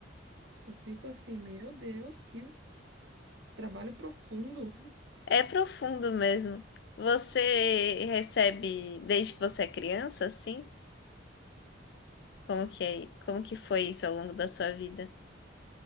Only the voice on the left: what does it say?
É profundo mesmo. Você recebe desde que você é criança, assim? Como que é? Como que foi isso ao longo da sua vida?